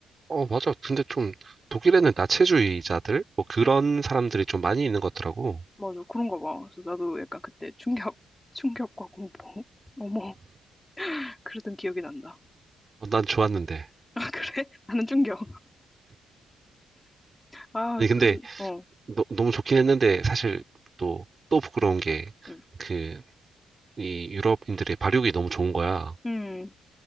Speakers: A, on the right; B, on the left.
A: 어, 맞아. 근데 좀 독일에는 나체주의자들? 뭐 그런
B: 응?
A: 사람들이 좀 많이 있는 것 같더라고.
B: 맞아 그런가 봐. 그래서 나도 약간 그때 충격, 충격과 공포. <laughs> 어머 그러던 기억이 난다.
A: 어, 난 좋았는데.
B: 아 그래? <laughs> 나는 충격. 아
A: 아니, 근데
B: 그래도 어.
A: 너, 너무 좋긴 했는데 사실
B: 음,
A: 또, 또 부끄러운 게
B: 음.
A: 그, 이 유럽인들의 발육이 너무 좋은 거야.
B: 음,